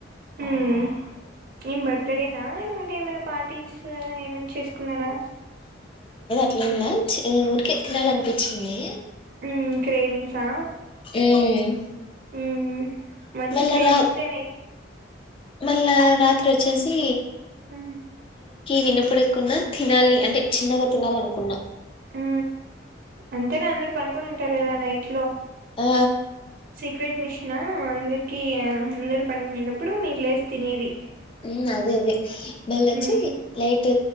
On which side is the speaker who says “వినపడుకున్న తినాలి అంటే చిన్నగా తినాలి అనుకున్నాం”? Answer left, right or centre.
Left